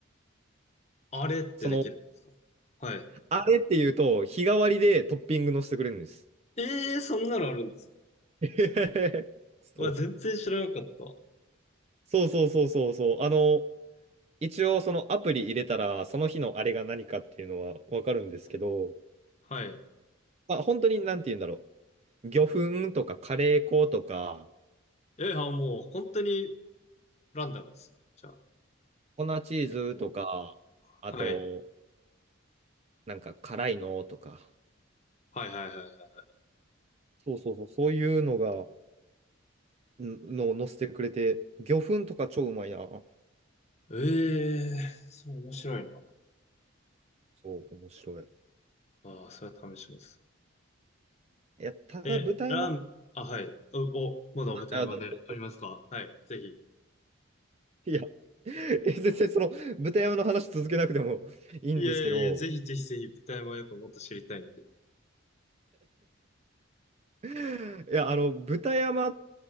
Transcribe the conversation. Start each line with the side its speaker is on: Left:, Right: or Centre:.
Left: あれってできるんですかはい。
Right: その、あれっていうと、日替わりでトッピングのせてくれるんです。
Left: ええー、そんなのあるんですか
Right: えへへへそ
Left: わ、全然知らなかった。
Right: うそうそうそうそうそう。あの、一応そのアプリ入れたら、その日のあれが何かっていうのはわかるんですけど、
Left: はい。
Right: まあ本当になんて言うんだろう。魚粉とかカレー粉とか、
Left: え、あ、もう本当にランダムですね。じゃあ、
Right: 粉チーズとか、
Left: 結構。はい。
Right: あと、なんか辛いのとか、
Left: はいはいはいはいはい。
Right: そうそうそう、そういうのが、んのを載せてくれて、魚粉とか超うまいな。
Left: ええー、それ面白いな。
Right: そう、面白い。
Left: ああ、それは試します。
Right: いや、ただ豚山、
Left: え、ラン、あ、はい。お、お、まだ舞台までありますかはい。
Right: あ、どうぞ
Left: ぜひ。
Right: いや、え全然 <laughs> その豚山の話続けなくてもいいんですけど、
Left: いやいやいや、ぜひぜひぜひ、舞台もやっぱもっと知りたいんで。
Right: いや、あの、豚山